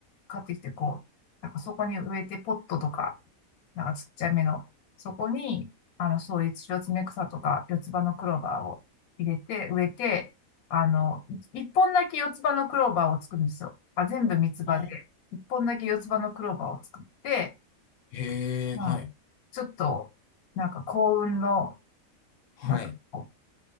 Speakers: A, on the left; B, on the left.
A: 買ってきて、こう、なんかそこに植えて、ポットとか、なんかちっちゃめの、そこに、あの、そういうシロツメクサとか、四つ葉のクローバーを入れて、植えて、あの、い一本だけ四つ葉のクローバーを作るんですよ。あ、全部三つ葉で、
B: あー、
A: 一本だけ四つ葉のクローバーを作って、
B: へえ、
A: まあ、
B: はい、
A: ちょっと、なんか幸運の、
B: はい。
A: なんかこ